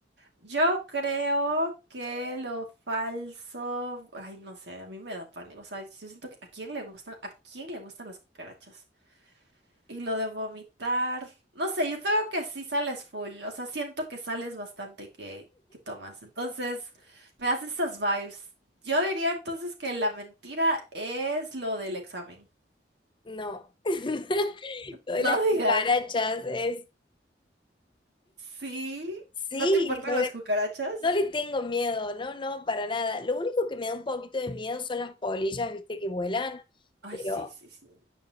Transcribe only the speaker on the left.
No. <laughs> Lo
de las
cucarachas es...
Sí,
lo de
no le tengo miedo, no, no, para nada. Lo único que me da un poquito de miedo son las polillas, viste, que vuelan,
pero